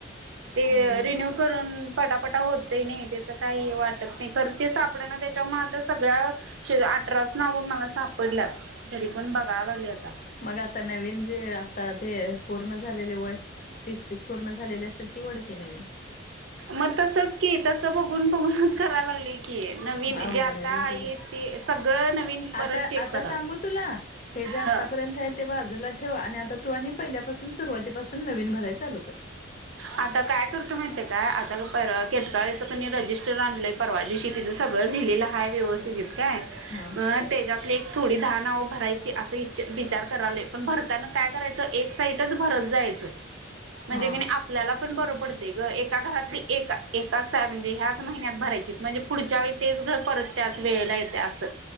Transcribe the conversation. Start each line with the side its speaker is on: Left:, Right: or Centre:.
Right: ते
Left: अगं
Right: रीनीव
Left: बाई
Right: करून पटापटा होतही नही त्याच काह हे वाटत नाही खर ते सापडण त्याच्यामुळे आता सगळ्या शे, अठराच नाव मला सापडल्यात तरी पण बघायला लागली आता
Left: मग आता नवीन जे आता ते पूर्ण झालेले वय तीस -तीस पूर्ण झालेली असते. ती ओढ की नवीन
Right: मग तसच कि तस बघून बघूनच करायला लागली. नवीन
Left: अवघड
Right: जे आता
Left: बाई
Right: आहे
Left: तुझं
Right: ते सगळं नवीन परत
Left: आता
Right: चेक
Left: आता
Right: कराल
Left: सांगू तुला हे जे आतापर्यंत
Right: ह
Left: आहेत ते बाजूला ठेव आणि आता तू आणि पहिल्यापासून सुरुवातीपासून नवीन भराय चालू कर
Right: आता काय करतो महित्या काय आता केटकाळच कणी रजिस्टर आणलं परवा दिवशी तिचं सगळं लिहिलेलं हाय व्यवस्थित काय
Left: हा
Right: आ त्याच्यातली एक थोडी दहा नाव भरायची असं ईचार करायलोय आहे पण भरताना काय करायचं एक सहितच भरत जायेच म्हणजेक्य
Left: हा
Right: आप आपल्याला पण बर पडतय ग एका घरातली एका एका म्हणजे ह्याच महिन्यात भरायची म्हणजे पुढच्या वेळी तेच घर परत, त्याच वेळेला येतय असं